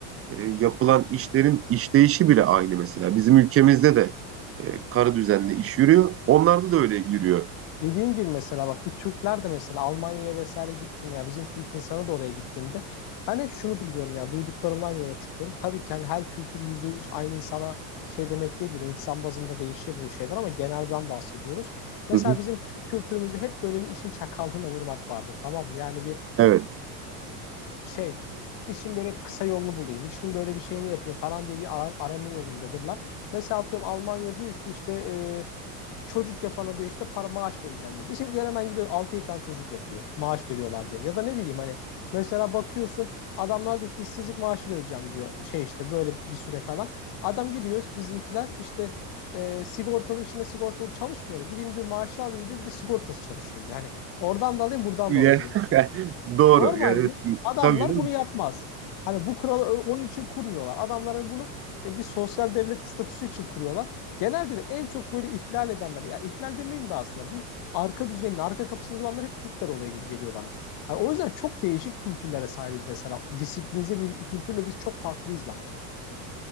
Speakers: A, on the right; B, on the left.
A: E, yapılan işlerin işleyişi bile aynı mesela. Bizim ülkemizde de e, karı düzenli iş yürüyor. Onlarda da öyle yürüyor.
B: Dediğin gibi mesela bak bir Türkler de mesela Almanya'ya vesaire gittiğinde ya bizim Türk insanı da oraya gittiğinde ben hep şunu duyuyorum ya duyduklarımdan yola çıkıyorum. Tabii ki hani her kültür yüzde yüz aynı insana şey demek değildir. İnsan bazında değişir bu şeyler ama genelden bahsediyoruz. Mesela
A: Hı hı.
B: bizim Türk kültürümüzde hep böyle bir işin çakallığına vurmak vardır tamam mı? Yani bir
A: Evet.
B: şey işin böyle kısa yolunu bulayım, işin böyle bir şeyini yapayım falan diye bir ara- arama yolundadırlar. Mesela atıyorum Almanya diyor ki işte e, çocuk yapana diyor işte para maaş vereceğim diyor. Bizimkiler hemen gidiyor altı 7 tane çocuk yapıyor maaş veriyorlar diye. Ya da ne bileyim hani mesela bakıyorsun adamlar diyor ki işsizlik maaşı vereceğim diyor şey işte böyle bir süre falan. Adam gidiyor bizimkiler işte e, sigortalı işine sigortalı çalışmıyor da gideyim diyor maaşı alayım diyor bir de sigortası çalışıyorum diyor. Hani oradan da alayım buradan
A: Ya-
B: da alayım diyor.
A: <laughs> Doğru.
B: Normalde
A: Yani
B: adamlar
A: tabii canım.
B: bunu yapmaz. Hani bu kuralı ö- onun için kurmuyorlar. Adamların bunu e, bir sosyal devlet statüsü için kuruyorlar. Genelde de en çok böyle ihlal edenler, ya ihlal demeyeyim de aslında bir arka düzenin, arka kapısını bulanlar hep Türkler oluyor gibi geliyor bana. Hani o yüzden çok değişik kültürlere sahibiz mesela. Disiplinize bir kültürle biz çok farklıyız bence.